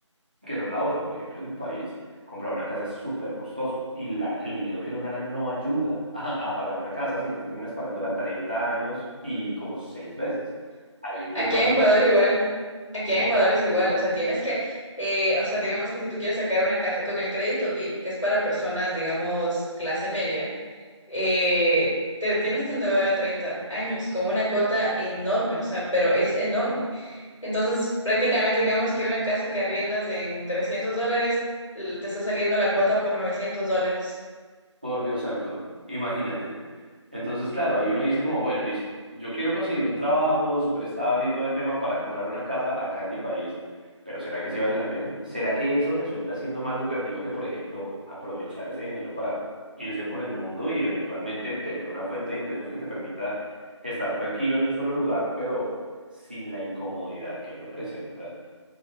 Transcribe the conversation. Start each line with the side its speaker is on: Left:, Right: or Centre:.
Right: que esa es la otra. Por ejemplo, en mi país, comprar una casa es súper costoso y la, el dinero que uno gana no ayuda <laughs> a, a pagar una casa, sino terminas pagándola 30 años y como seis veces. Ahí empieza
Left: Aquí
Right: uno
Left: en
Right: como...
Left: Ecuador igual. Aquí en
Right: po-
Left: Ecuador es igual, o sea, tienes que, eh, o sea, digamos que si tú quieres sacar una casa con el crédito VIP, que es para personas, digamos, clase media, eh, te tienes que endeudar a 30 años con una cuota enorme, o sea, pero es enorme. Entonces, prácticamente digamos que una casa que arriendas en 300 dólares, l- te está saliendo la cuota por 900 dólares.
Right: Por Dios santo, imagínate. Entonces, claro, ahí uno dice como, bueno, listo, yo quiero conseguir un trabajo súper estable y todo el tema para comprar una casa acá en mi país, pero ¿será que sí vale la pena? ¿Será que eso resulta siendo más lucrativo que, por ejemplo, aprovechar ese dinero para irse por el mundo y eventualmente tener una fuente de ingresos que te permita estar tranquilo en un solo lugar, pero sin la incomodidad que representa